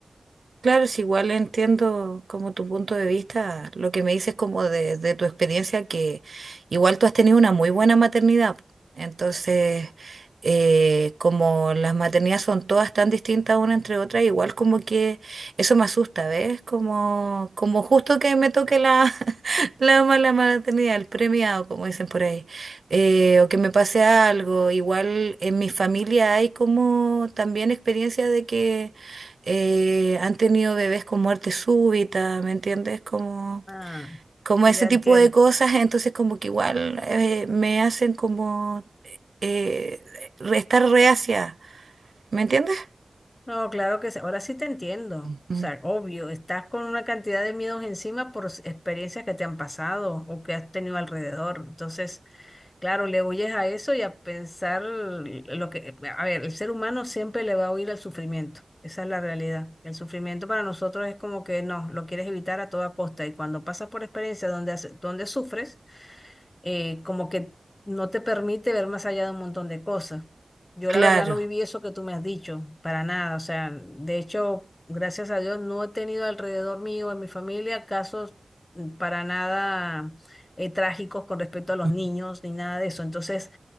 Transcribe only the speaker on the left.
Ah,
ya
entiendo.
No, claro que sí. Ahora sí te entiendo. O
sea, obvio, estás con una cantidad de miedos encima por s- experiencias que te han pasado o que has tenido alrededor. Entonces, claro, le huyes a eso y a pensar lo que... A ver, el ser humano siempre le va a huir al sufrimiento. Esa es la realidad. El sufrimiento para nosotros es como que no, lo quieres evitar a toda costa. Y cuando pasas por experiencias donde, has- donde sufres, eh, como que no te permite ver más allá de un montón de cosas. Yo la
verdad no viví eso que tú me has dicho, para nada. O sea, de hecho, gracias a Dios, no he tenido alrededor mío, en mi familia, casos mm, para nada eh, trágicos con respecto a los
niños ni nada de eso. Entonces,